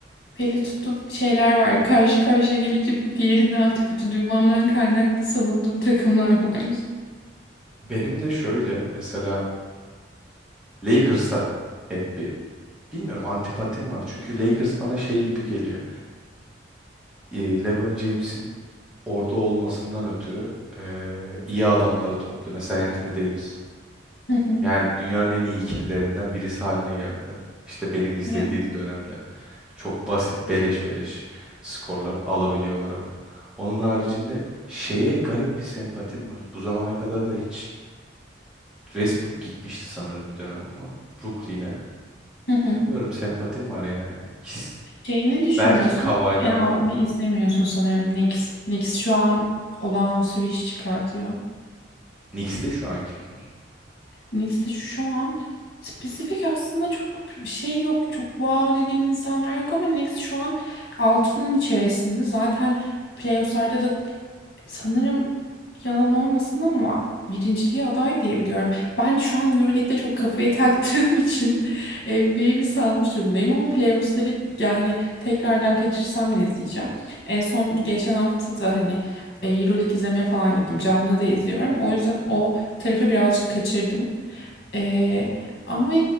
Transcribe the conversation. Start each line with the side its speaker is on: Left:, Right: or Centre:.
Left: belli tuttuğum şeyler var. Karşı karşıya gelince diğerinin antipati duymamdan kaynaklı savunduğum takımlar var.
Centre: Benim de şöyle mesela Lakers'a hep bir bilmiyorum antipatim var. Çünkü Lakers bana şey gibi geliyor. Ee, LeBron James'in orada olmasından ötürü ee, iyi adamları topluyor. Mesela Anthony Davis.
Left: Hı hı.
Centre: Yani dünyanın en iyi ikililerinden birisi haline geldiler. İşte benim izlediğim
Left: Evet.
Centre: dönemde çok basit beleş beleş skorlar alabiliyorlardı. Onun haricinde şeye garip bir sempatim var. Bu zamana kadar da hiç Westbrook gitmişti sanırım bir dönem ama Brooklyn'e.
Left: Hı hı.
Centre: Bilmiyorum sempatim var yani. Kis-
Left: Şey ne düşünüyorsun?
Centre: Belki Kawhi'den
Left: Ya
Centre: olabilir.
Left: ama izlemiyorsun sanırım Knicks. Knicks şu an olağanüstü bir iş çıkartıyor.
Centre: Knicks'te şu an kim var?
Left: Neyse şu an spesifik aslında çok şey yok. Çok wow dediğim insanlar yok ama Next şu an altının içerisinde. Zaten playoff'larda da sanırım yalan olmasın ama birinciliğe aday diyebiliyorum. Ben şu an EuroLeague'de çok kafayı taktığım için <laughs> NBA'yi bir salmış durumdayım ama playoff'ları yani tekrardan kaçırsam bile izleyeceğim. En son geçen hafta da hani e, EuroLeague izlemeye falan gittim. Canlı da izliyorum. O yüzden o tarafı birazcık kaçırdım. Ee, ama